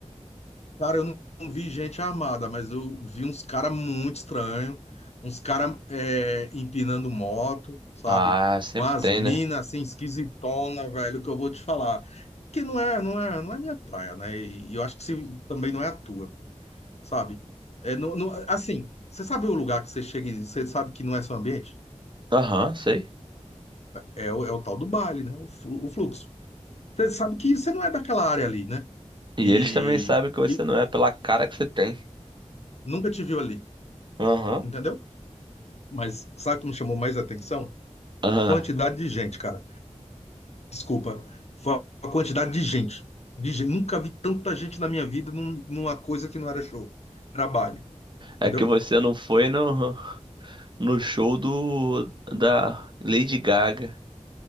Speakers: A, on the left; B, on the right.
A: cara, eu não vi gente armada, mas eu vi uns cara muito estranho, uns cara é, empinando moto, sabe?
B: Ah, sempre
A: Umas
B: tem,
A: minas
B: né?
A: assim esquisitona, velho, que eu vou te falar. Que não é, não é, não é minha praia, né? E eu acho que se- também não é a tua, sabe? É, não, não- assim, você sabe o lugar que você chega e você sabe que não é seu ambiente?
B: Aham, sei.
A: É, o- é o tal do baile, né? o flu- o fluxo. Você sabe que você não é daquela área ali, né?
B: E
A: E,
B: eles também sabem que você
A: e
B: não é pela cara que você tem.
A: nunca te viu ali,
B: Aham.
A: entendeu? Mas sabe o que me chamou mais atenção?
B: Aham.
A: A quantidade de gente, cara. Desculpa. Foi a quantidade de gente. De gente. Nunca vi tanta gente na minha vida num- numa coisa que não era show. Era baile, entendeu?
B: É é que você não foi, não. no show do da Lady Gaga.